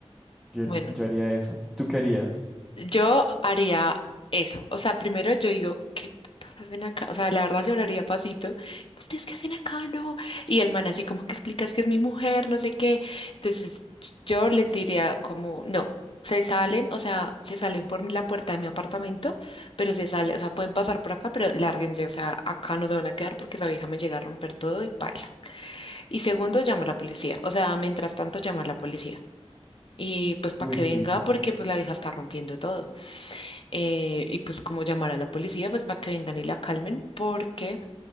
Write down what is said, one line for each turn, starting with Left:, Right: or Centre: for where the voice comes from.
Centre: Yo,
Left: bueno.
Centre: yo haría eso. ¿Tú qué harías?
Left: Yo haría eso. O sea, primero yo digo, ¿qué putas hacen acá? O sea, la verdad yo hablaría pasito. ¿Ustedes qué hacen acá? No. Y el man así como que explicas que es mi mujer, no sé qué. Entonces yo les diría como, no, se salen, o sea, se salen por la puerta de mi apartamento, pero se salen, o sea, pueden pasar por acá, pero lárguense. O sea, acá no se van a quedar porque esa vieja me llega a romper todo y paila. Y segundo, llama a la policía. O sea, mientras tanto, llama a la policía. Y pues para
Centre: Uy,
Left: que
Centre: sí.
Left: venga, porque pues la vieja está rompiendo todo eh, y pues como llamar a la policía pues para que vengan y la calmen porque